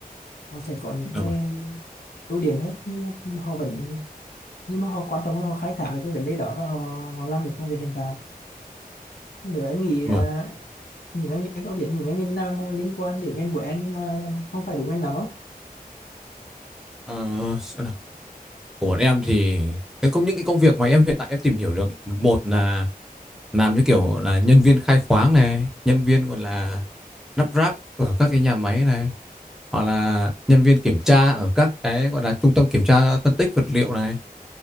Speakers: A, on the left; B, in the centre.
A: họ sẽ có những
B: dạ
A: cái
B: vâng
A: ưu điểm hơn nhưng mà họ vẫn nhưng mà họ quan trọng là họ khai thác được cái vấn đề đó và họ họ làm được công việc hiện tại nếu em nghĩ à,
B: vâng
A: những anh em có biết những anh ngành nào mà liên quan đến ngành của em nhưng mà không phải đúng anh làm không
B: Ờ, xem nào. của bọn em thì những công những cái công việc mà em hiện tại em tìm hiểu được ấy, một là làm như kiểu là nhân viên khai khoáng này nhân viên gọi là lắp ráp ở các cái nhà máy này hoặc là nhân viên kiểm tra ở các cái gọi là trung tâm kiểm tra phân tích vật liệu này